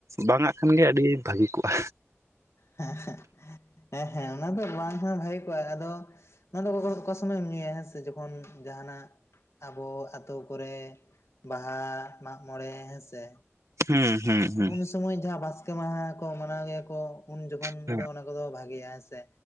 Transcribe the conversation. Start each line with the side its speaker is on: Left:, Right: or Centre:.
Right: ᱵᱟᱝᱟᱜ ᱠᱷᱟᱱ ᱜᱮ ᱟᱹᱰᱤ ᱵᱷᱟᱹᱜᱤ ᱠᱚᱜᱼᱟ
Left: ᱦᱮᱸ ᱦᱮᱸ ᱦᱮᱸ ᱦᱮᱸ ᱚᱱᱟ ᱫᱚ ᱵᱟᱝ ᱦᱚᱸ ᱵᱷᱟᱜᱮ ᱠᱚᱜᱼᱟ ᱟᱫᱚ ᱚᱱᱟ ᱫᱚ ᱚᱠᱟ ᱥᱚᱢᱚᱭᱮᱢ ᱧᱩᱭᱟ ᱦᱮᱸ ᱥᱮ ᱛᱮ ᱡᱚᱠᱷᱚᱱ ᱡᱟᱦᱟᱸᱱᱟᱜ ᱟᱵᱚ ᱟᱹᱛᱳ ᱠᱚᱨᱮ ᱵᱟᱦᱟ ᱢᱟᱜ ᱢᱚᱬᱮ ᱦᱮᱸᱥᱮ
Right: ᱦᱩᱸ ᱦᱩᱸ ᱦᱩᱸ
Left: ᱩᱱ ᱥᱚᱢᱚᱭ ᱡᱟᱦᱟᱸ ᱵᱟᱥᱠᱮ ᱢᱟᱦᱟ ᱠᱚ ᱢᱟᱱᱟᱣ ᱜᱮᱭᱟ ᱠᱚ ᱩᱱ ᱡᱚᱠᱷᱚᱱ
Right: ᱦᱮᱸ
Left: ᱫᱚ ᱚᱱᱟ ᱠᱚᱫᱚ ᱵᱷᱟᱜᱮᱭᱟ ᱦᱮᱸ ᱥᱮ